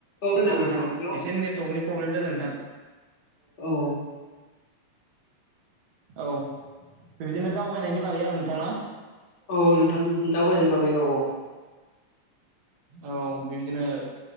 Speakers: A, on the left; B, on the right.
A: खोनादों
B: औ नोंथां
A: हेल' औ
B: एसे नेटवर्कनि प्रब्लेम जादों नोंथां।
A: औ
B: औ बिदिनो दावबायनायनि बागै आरो नोंथां ना?
A: औ नोंथां बिदि दावबायनायनि बागै औ औ।
B: औ बिबदिनो